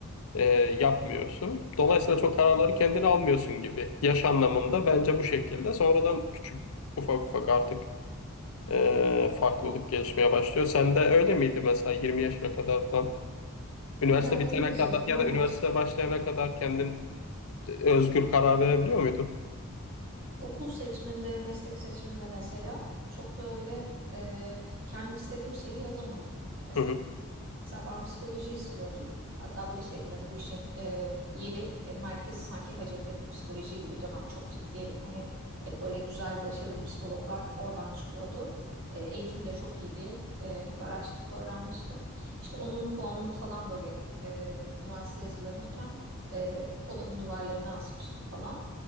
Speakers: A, on the left; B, on the right.
A: e, yapmıyorsun. Dolayısıyla çok kararları kendin almıyorsun gibi. Yaş anlamında bence bu şekilde. Sonradan küçük ufak ufak artık e, farklılık gelişmeye başlıyor. Sen de öyle miydi mesela 20 yaşına kadar falan? Üniversite
B: Ya onu
A: bitene
B: diyecektim
A: kadar ya
B: evet.
A: da üniversite başlayana kadar kendin özgür karar verebiliyor muydun?
B: Okul seçiminde, meslek seçiminde mesela çok da öyle e, kendi istediğim şeyi yazamadım. Mesela
A: Hı hı.
B: ben psikoloji istiyordum. Hatta böyle şeydir hani bu işin e, yeri, e, merkezi sanki Hacettepe psikolojiydi bir dönem. Çok ciddi hani hep böyle güzel, başarılı psikologlar oradan çıkıyordu. E, eğitimi de çok iyi diye e, hep araştırıp öğrenmiştim. İşte onun puanını falan böyle e, üniversiteye hazırlanırken e, odamın duvarlarına asmıştım falan.